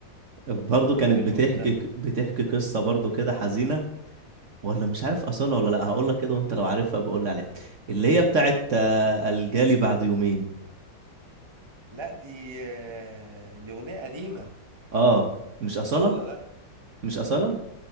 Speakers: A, on the right; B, on the right.
A: برضه كانت
B: <laughs> انهي
A: بتحكي
B: واحده
A: بتحكي قصة برضه كده حزينة ولا مش عارف أصالة ولا لأ هقول لك كده وأنت لو عارفها بقول لي عليها اللي هي بتاعت آه، الجالي بعد يومين
B: لا دي آه، دي اغنيه قديمه
A: أه مش أصالة
B: صاله لا
A: مش أصالة